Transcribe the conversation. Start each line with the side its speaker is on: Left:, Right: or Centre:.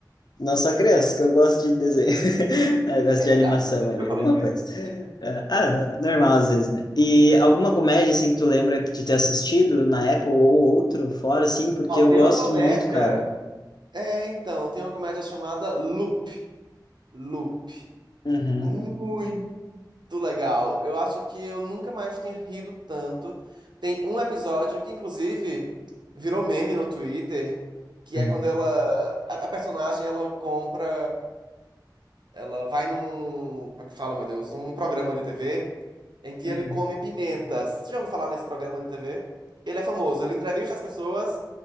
Left: não só criança, que eu gosto de desenho. <laughs> Né, Eu gosto
Right: É
Left: de
Right: verdade,
Left: animação
Right: não sei porque
Left: ali,
Right: eu falei
Left: alguma
Right: criança.
Left: coisa. É, Ah, normal às vezes, né? E alguma comédia, assim, que tu lembra de ter assistido na Apple ou outro, fora, assim, porque
Right: Ó,
Left: eu
Right: tem
Left: gosto
Right: uma comédia.
Left: muito, cara.
Right: É, então, tem uma comédia chamada Loop. Loop.
Left: Uhum.
Right: Muito legal. Eu acho que eu nunca mais tinha rido tanto. Tem um episódio que, inclusive, virou meme no Twitter, que
Left: Uhum.
Right: é quando ela. A, a personagem ela compra Ela vai num, como é que fala, meu Deus, um programa de TV em que
Left: Uhum.
Right: ele come pimentas. Você já ouviu falar nesse programa de TV? Ele é famoso, ele entrevista as pessoas